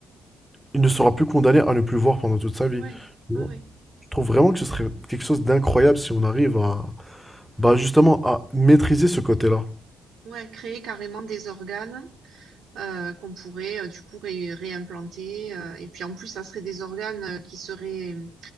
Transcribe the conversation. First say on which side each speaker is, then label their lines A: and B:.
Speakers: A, in the centre; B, on the right.
A: il ne sera plus condamné à ne plus voir pendant toute sa vie.
B: Ouais,
A: Tu
B: ouais,
A: vois
B: ouais.
A: Je trouve vraiment que ce serait quelque chose d'incroyable si on arrive à, bah, justement, à maîtriser ce côté-là.
B: Ouais, créer carrément des organes, heu, qu'on pourrait, heu, du coup ré réimplanter, heu et puis en plus ça serait des organes, heu, qui seraient, mmh,